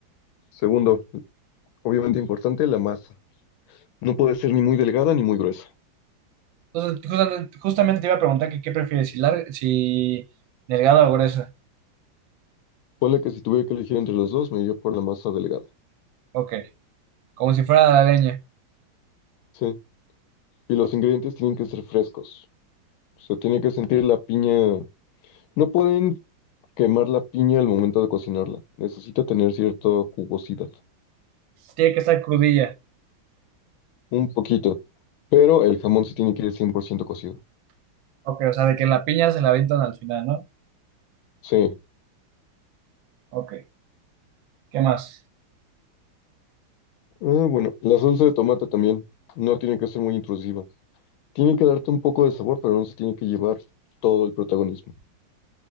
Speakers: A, on the left; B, on the right.
A: Segundo, obviamente importante, la masa. No puede ser ni muy delgada ni muy gruesa.
B: entonces justamente, justamente te iba a preguntar que qué prefieres, si, larga, si delgada o gruesa.
A: Ponle que si tuviera que elegir entre los dos, me iría por la masa delgada.
B: Ok, como si fuera la leña.
A: Sí. Y los
B: Ok,
A: ingredientes tienen que ser frescos. Se tiene que sentir la piña. No pueden quemar la piña al momento de cocinarla. Necesita tener cierta jugosidad.
B: Tiene que estar crudilla.
A: Un poquito. Pero el jamón sí tiene que ir 100% cocido.
B: Ok, o sea, de que la piña se la avientan al final, ¿no?
A: Sí.
B: Ok, ¿qué más?
A: Ah, bueno, la salsa de tomate también. No tiene que ser muy intrusiva. Tiene que darte un poco de sabor, pero no se tiene que llevar todo el protagonismo.